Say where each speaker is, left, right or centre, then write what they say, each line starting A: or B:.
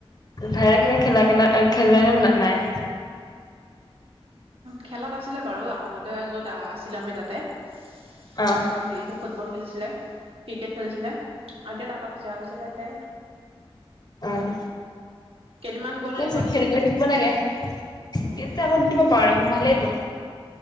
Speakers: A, on the left; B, on the right.
A: ভায়েৰে কিবা খেলা খেললে ন নাই
B: খেলাত আছিলে বাৰু আমাৰগতে য'ত আছিলো আমি তাতে
A: অ
B: তাতে পৰা হেৰি ফুটবল খেলিছিলে, ক্ৰিকেট খেলিছিলে। আৰু এতিয়া তাৰপা গুচি গৈছে ইয়াতে
A: উম।
B: কেইদিনমান
A: ঠিকে
B: গ'ল ৰেঙনিত
A: আছে খেল কৰি থাকিব লাগে, এতিয়া
B: উম,
A: আকৌ দিব পাৰা দেখোন ভালেইটো।